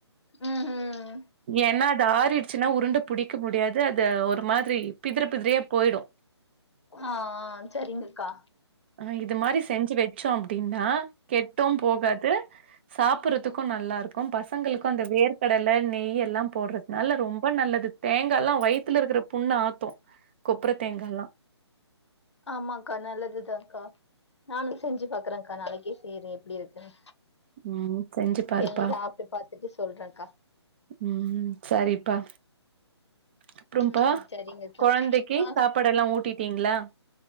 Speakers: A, on the left; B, on the right.
A: ம் ம்
B: என்ன அது ஆறிடு ச்சின்னா உருண்ட புடிக்க முடியாது அத ஒரு மாரி பிதர பிதிரியா போயிடு
A: ஆ ஆ சரிங்கக்கா
B: ஆ இது மாரி செஞ்சு வச்சோ அப்டின்னா கெட்டு போகாது சாப்புறதுக்கு நல்லா இருக்கு பசங்களுக்கு அந்த வேர்க்கடல நெய்யெல்லா போடுறதுனால ரொம்ப நல்லது தேங்கால்லா வயித்ல இருக்ற புண்ண ஆத்து கொப்பர தேங்கால்லா
A: ஆமாக்கா நல்லதுதாக்கா நானு செஞ்சு பாக்றக்கா நாளக்கே செய்றே எப்டி இருக்குனு
B: ம். செஞ்சு பாருப்பா.
A: செஞ்சி சாப்டு பாத்துட்டு சொல்றேக்கா
B: ம் சரிப்பா அப்றம்பா
A: ம் சரிங்கக்கா
B: கொழந்தைக்கி
A: ஆ
B: சாப்பாடெல்லா ஊட்டிட்டீங்களா